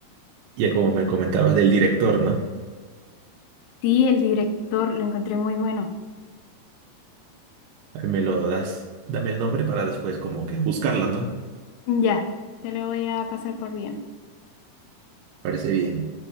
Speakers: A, on the right; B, on the left.
A: Ya como me comentabas del director, ¿no?
B: Sí, el director lo encontré muy bueno.
A: Ahí me lo das, dame el nombre para después como que buscarlo, ¿no?
B: Ya, te lo voy a pasar por DM.
A: Parece bien.